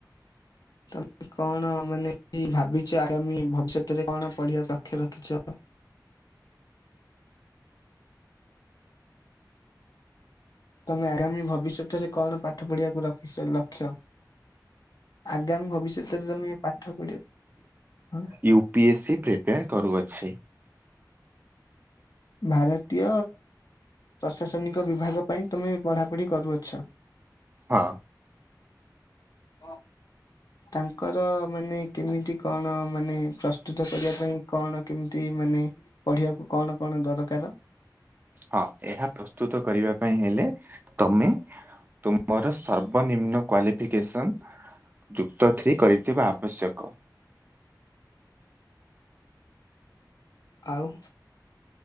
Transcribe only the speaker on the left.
ତ, କଣ, ମାନେ ଭାବିଛ ଆଗାମୀ ଭବିଷ୍ୟତରେ କଣ ପଢିବା ଲକ୍ଷ ରଖିଛ? ତମେ ଆରାମୀ ଭବିଷ୍ୟତରେ, କଣ ପାଠ ପଢିବାକୁ ରଖିସ ଲକ୍ଷ? ଆଗାମୀ ଭବିଷ୍ୟତରେ ତମେ ପାଠ ପଢିବ। ହଁ
ଭାରତୀୟ ପ୍ରଶାସନିକ ବିଭାଗ। ପାଇଁ ତମେ ପଢାପଢି କରୁଅଛ।
ହଁ। ତାଙ୍କର ମାନେ କେମିତି କଣ? ମାନେ ପ୍ରସ୍ତୁତ କରିବା ପାଇଁ କଣ କେମିତି? ମାନେ, ପଢିବାକୁ କଣ କଣ ଦରକାର?
ଆଉ